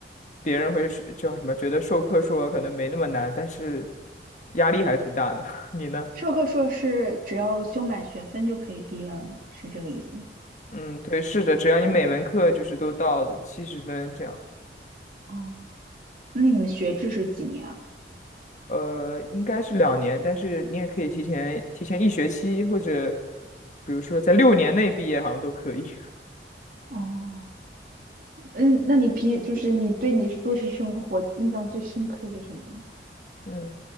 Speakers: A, on the left; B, on the right.
A: 别人会是叫什么，觉得授课硕可能没那么难，但是压力还挺大的。<laughs> 你呢？
B: 授课硕士只要修满学分就可以毕业了吗？是这个意思吗？
A: 嗯，对，是的，只要你每门课就是都到七十分这样，
B: 哦，那你们学制是几年啊？
A: 呃，应该是两年，但是你也可以提前提前一学期，或者比如说在六年内毕业，好像都可以。
B: 哦。嗯，那你平就是你对你硕士生活印象最深刻是什么呢？
A: <laughs> 嗯。